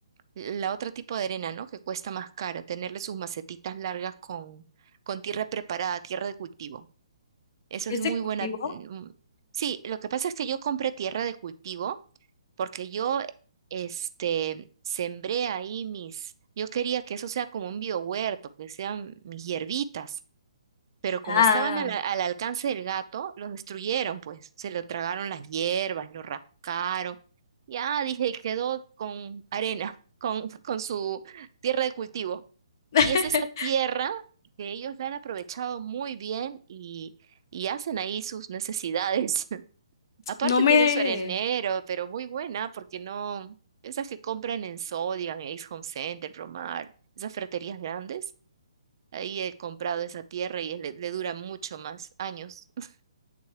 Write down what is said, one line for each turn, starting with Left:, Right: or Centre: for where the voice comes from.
Right: la otra tipo de arena, ¿no? Que cuesta más cara, tenerle sus macetitas largas con, con tierra preparada, tierra de cultivo. Eso
Left: ¿Es
Right: es muy
Left: de cultivo?
Right: buena. mm, Sí, lo que pasa es que yo compré tierra de cultivo porque yo este, sembré ahí mis, yo quería que eso sea como un biohuerto, que sean mis hierbitas, pero como
Left: Ah,
Right: estaban al, al alcance del gato, los destruyeron, pues se lo tragaron las hierbas, lo rascaron, ya dije, y quedó con arena, <laughs> con, con su tierra de cultivo.
Left: <laughs>
Right: Y es esa tierra que ellos la han aprovechado muy bien y, y hacen ahí sus necesidades. Aparte
Left: no me...
Right: tienen su arenero, pero muy buena, porque no, esas que compran en Sodian, Ace Home Center, Promar, esas ferreterías grandes, ahí he comprado esa tierra y le, le dura mucho más años. <laughs>